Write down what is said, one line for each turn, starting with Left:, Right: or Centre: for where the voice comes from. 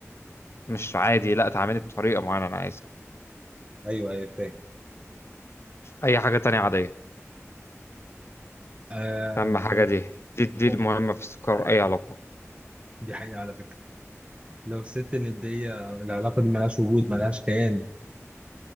Left: مش عادي لا تعاملني بطريقة معينة انا عايزها
Right: ايوه ايوه فاهم
Left: اي حاجة تانية عادية
Right: آه
Left: اهم حاجة
Right: وال-
Left: دي دي دي
Right: أو،
Left: المهمة في استقرار اي علاقة
Right: دي حقيقة على فكرة لو الست الندية العلاقة دي ملهاش وجود ملهاش كيان